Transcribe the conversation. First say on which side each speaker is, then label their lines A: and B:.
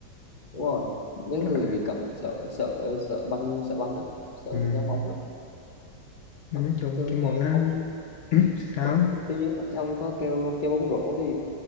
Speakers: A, on the left (about 35°); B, on the left (about 70°).
A: đúng rồi mấy
B: Rất
A: người
B: là-
A: bị cận sợ sợ sợ banh sợ banh lắm sợ
B: ừ.
A: ra bóng lắm
B: nói
A: Ờ,
B: chung
A: thường
B: cái môn
A: thì
B: nó
A: ông
B: ừ,
A: <clears throat>
B: sao
A: Ủa,
B: á?
A: tôi, tôi nhớ lại ông có kêu ông chơi bóng rổ thì